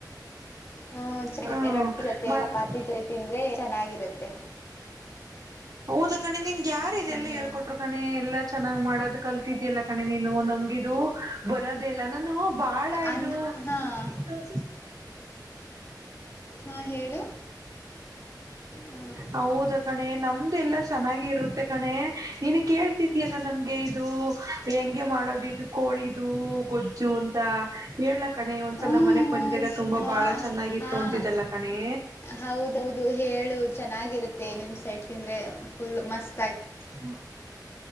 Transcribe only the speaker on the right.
ಹ್ಮ್
ಮತ್
ಹೌದ ಕಣೆ ನಿನ್ಗೆ ಯಾರ ಇಿದೆ
ಎಲ್ಲ ಹೇಳ್ಕೊಟ್ರು ಕಣೆ ಎಲ್ಲಾ ಚೆನ್ನಾಗ್ ಮಾಡೋದ ಕಲ್ ತಿದಯಲ್ಲ ಕಣೆ ನೀನು ನಮ್ಗಿದು ಬರೋದೆೇ ಇಲ್ಲ ನಾನು ಬಾಳ
ಇದು
ಹೌ
ಹೌದ ಕಣೆ ನಮ್ದು ಎಲ್ಲಾ ಚೆನ್ನಾಗೆ ಇರುತ್ತೆ ಕಣೆ ನೀನು ಕೇಳ್ತಿದಿಯಲ್ಲ ನಮ್ಗೆ ಇದು ಹೆಂಗೆ ಮಾಡೋದು ಇದು ಕೋಳಿದು ಗೊಜ್ಜು ಅಂತ ಹೇಳಳ್ಲಕ್ಕ ಕಣೆ ಒಂದ್ಸಲ
ನಮ್ಮ ಮನೆಗ್ ಬಂದಿದಾಗ ತುಂಬಾ
ಬಾಳ ಚೆನ್ನಾಗಿತ್ತು
ಅಂತಿದ್ದಲ್ಲ ಕಣೆ
ಹ್ಮ